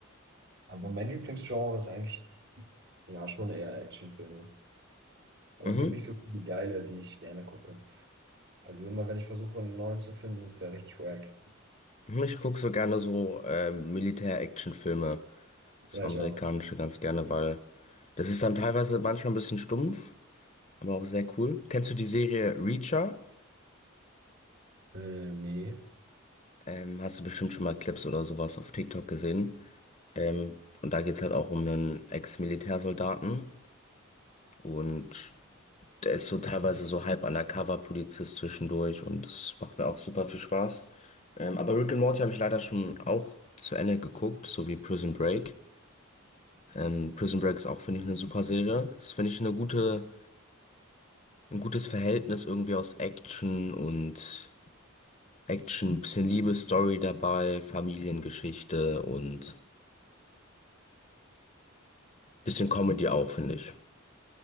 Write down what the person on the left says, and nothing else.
mhm.
mhm. Ich gucke so gerne so äh, Militär-Action-Filme, das
amerikanische
ganz gerne, weil das ist dann teilweise manchmal ein bisschen stumpf, aber auch sehr cool. Kennst du die Serie Reacher?
Ähm, hast du bestimmt schon mal Clips oder sowas auf TikTok gesehen. Ähm, und da geht's halt auch um einen Ex-Militärsoldaten und Der ist so teilweise so halb Undercover-Polizist zwischendurch und das macht mir auch super viel Spaß. Ähm, aber Rick and Morty habe ich leider schon auch zu Ende geguckt, so wie Prison Break. Ähm, Prison Break ist auch, finde ich, eine super Serie. Das finde ich eine gute, ein gutes Verhältnis irgendwie aus Action und Action, bisschen Liebesstory dabei, Familiengeschichte und bisschen Comedy auch, finde ich.